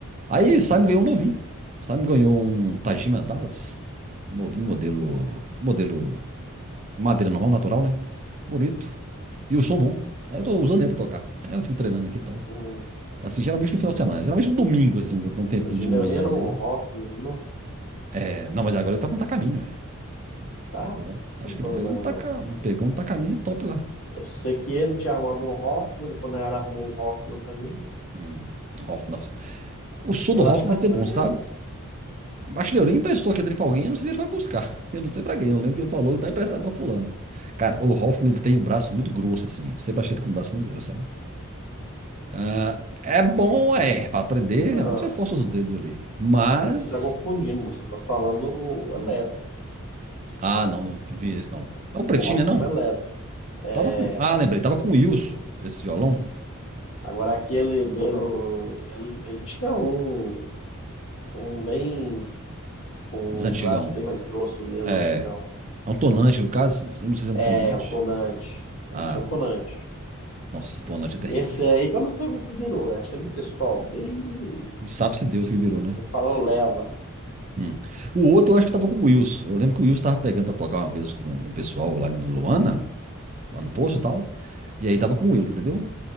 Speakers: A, on the right; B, on the left.
A: Aí Simon ganhou um novinho. Simon ganhou um Tajima Dallas. Novinho, modelo. Modelo Madeira normal, natural, né? Bonito. E o som bom. Aí eu tô usando ele pra tocar. Aí eu fico treinando aqui e tal.
B: Hum,
A: Assim, geralmente no final de semana. Geralmente no domingo,
B: hum.
A: assim, quando tem um tempinho
B: o de
A: de
B: Neurinho
A: manhã
B: era um
A: ali.
B: Hoffman, não?
A: É, não, mas agora ele tá com um tacaminho, é.
B: Tá?
A: Ele pegou, um,
B: Não
A: acho que
B: tô
A: ele pegou
B: lembrando,
A: um taca,
B: não.
A: pegou um tacaminho top lá.
B: Eu sei que ele tinha arrumado um Hoffman, depois na era arrumou um Hoffman também.
A: Hum, Hoffman, nossa. O som
B: E eu
A: do Hoffman
B: acho que tá
A: é
B: com
A: até bom,
B: ele
A: sabe? Acho que ele emprestou aquele trem pra alguém, eu não sei se ele foi buscar. <laughs> Eu não sei pra quem, eu lembro que ele falou, e tá emprestado
B: Uhum.
A: pra fulano. Cara, o Hoffman, ele tem o braço muito grosso, assim. Sempre achei ele com o braço muito grosso, sabe? Ah, é bom, é, pra aprender,
B: Não,
A: é bom que você força os dedos ali. Mas.
B: acho que você está confundindo, moço. Eu tô falando o elétrico,
A: Ah, não, não, não vi esse não.
B: o
A: É o pretinho,
B: Hoffman
A: né? Não.
B: elétrico. É,
A: Tava com. Ah, lembrei, tava com o Wilson, esse violão,
B: agora aquele dele, ele, ele tinha um, um bem, um
A: mas antigão.
B: braço bem mais grosso mesmo,
A: É.
B: antigão.
A: É um tonante, no caso. Eu não sei se é
B: É,
A: um tonante.
B: um tonante. Ele
A: Ah,
B: tinha um
A: Maria.
B: tonante.
A: Nossa, tonante é terrível,
B: Esse
A: velho.
B: aí que eu não sei o que que virou. Acho que ele emprestou alguém
A: E sabe-se Deus que virou, né?
B: e falou leva.
A: Hum. O outro eu acho que tava com o Wilson. Eu lembro que o Wilson tava pegando pra tocar uma vez com o pessoal lá em Luana, lá no posto e tal. E aí tava com o Wilson, entendeu?